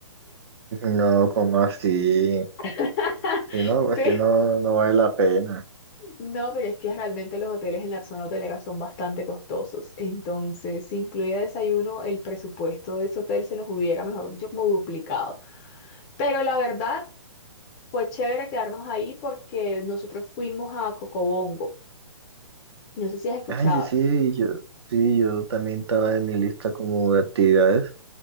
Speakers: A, on the right; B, on the left.
A: No, como así,
B: <laughs>
A: si no, si no,
B: Sí.
A: no vale la pena.
B: No, pero es que realmente los hoteles en la zona hotelera son bastante costosos. Entonces, si incluía desayuno, el presupuesto de ese hotel se nos hubiera, mejor dicho, como duplicado. Pero la verdad, fue chévere quedarnos ahí porque nosotros fuimos a Cocobongo. No sé si has escuchado.
A: Ay, sí, yo, sí, yo también estaba en mi lista como de actividades.